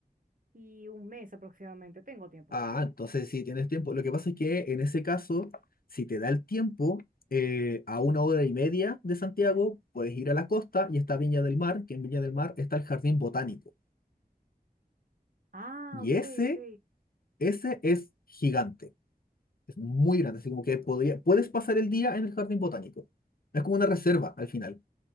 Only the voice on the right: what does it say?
Y un mes aproximadamente, tengo tiempo.
Ah,
ok,
ok.